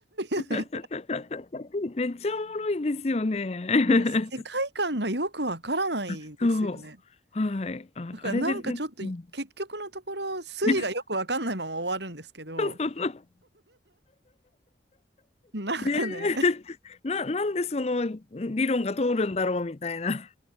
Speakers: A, on the left; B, on the right.
A: <laughs>
B: みたいな、
A: めっちゃおもろいですよね。
B: なんか世界観がよくわからないですよね。
A: <laughs> そう。はい。あ、
B: だからなんかちょっと、
A: あれで、なんかうん
B: 結局のところ、筋がよくわかんないまま終わるんですけど、
A: <laughs> その
B: なんかね、
A: ねえ、<laughs> な、なんでその理論が通るんだろうみたいな。